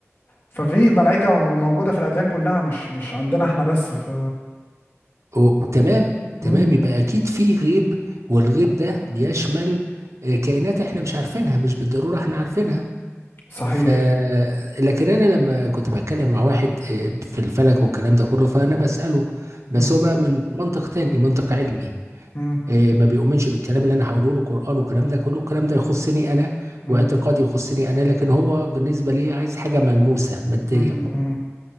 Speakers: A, on the left; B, on the right.
A: ففي الملائكة موجودة في الأديان كلها مش مش عندنا احنا بس ف
B: أو- تمام
A: مم.
B: تمام يبقى أكيد في غيب والغيب ده بيشمل آه، كائنات إحنا مش عارفينها مش بالضرورة إحنا عارفينها
A: صحيح
B: ف لكن انا لما كنت بتكلم مع واحد آه، في الفلك والكلام ده كله فانا بساله بس
A: مم.
B: هو بقى من منطق تاني منطق علمي
A: مم.
B: آه، ما بيؤمنش بالكلام اللي انا هقوله له قران والكلام ده كله الكلام ده يخصني انا
A: مم.
B: واعتقادي يخصني انا لكن هو بالنسبه لي عايز حاجه ملموسه ماديه
A: مم. مم.